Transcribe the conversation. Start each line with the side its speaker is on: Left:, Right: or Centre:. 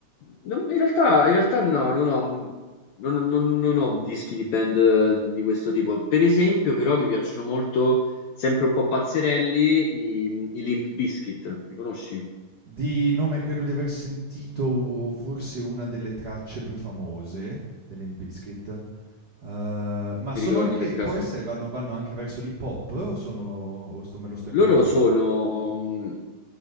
Left: non- in realtà, in realtà no, non ho, non- non- non ho dischi di band eh, di questo tipo. Per esempio, però, mi piacciono molto, sempre un po' pazzerelli, i, i Limp Bizkit, li conosci?
Right: Di nome credo di aver sentito forse una delle tracce più famose dell'Limp Bizkit. Uhm, ma
Left: Ti
Right: sono
Left: ricordi
Right: anche
Left: per caso?
Right: può essere vanno vanno anche verso l'hip hop o sono o sto me lo sto inventando?
Left: Loro sono mm,